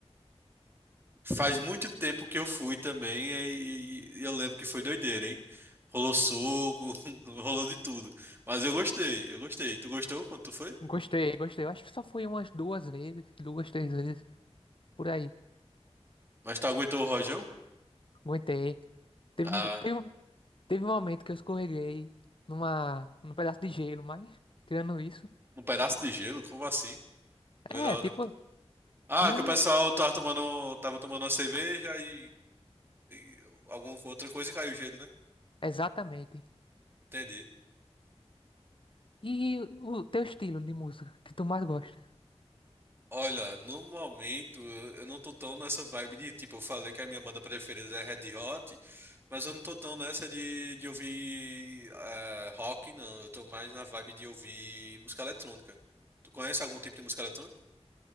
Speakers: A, on the right; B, on the left.
A: Faz muito tempo que eu fui também e, e- e eu lembro que foi doideira, hein? Rolou soco, <laughs> rolou de tudo. Mas eu gostei, eu gostei. Tu gostou quando tu foi?
B: Gostei, gostei. Eu acho que só fui umas duas vezes, duas, três vezes, por aí.
A: Mas tu aguentou o rojão?
B: Aguentei. Teve,
A: Ah,
B: um- teve, um- Teve um momento que eu escorreguei numa, num pedaço de gelo, mas tirando isso,
A: um pedaço de gelo? Como assim? No
B: é,
A: meio da roda.
B: tipo,
A: Ah,
B: tinha
A: que
B: um,
A: o pessoal tava tomando, tava tomando uma cerveja e E alguma outra coisa e caiu o gelo, né?
B: exatamente.
A: Entendi.
B: E o teu estilo de música que tu mais gosta?
A: Olha, no momento eu eu não tô tão nessa vibe de, tipo, eu falei que a minha banda preferida é Red Hot, mas eu não tô tão nessa de, de ouvir eh, rock, não. Eu tô mais na vibe de ouvir música eletrônica. Tu conhece algum tipo de música eletrônica?